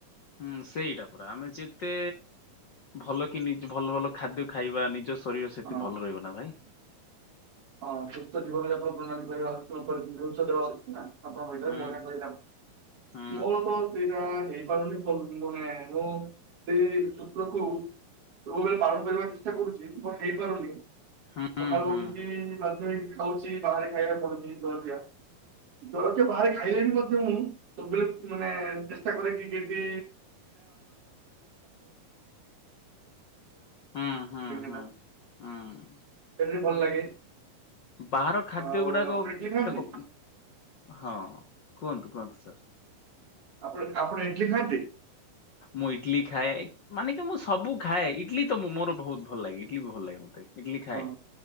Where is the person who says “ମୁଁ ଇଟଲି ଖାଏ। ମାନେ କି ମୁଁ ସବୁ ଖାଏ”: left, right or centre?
Left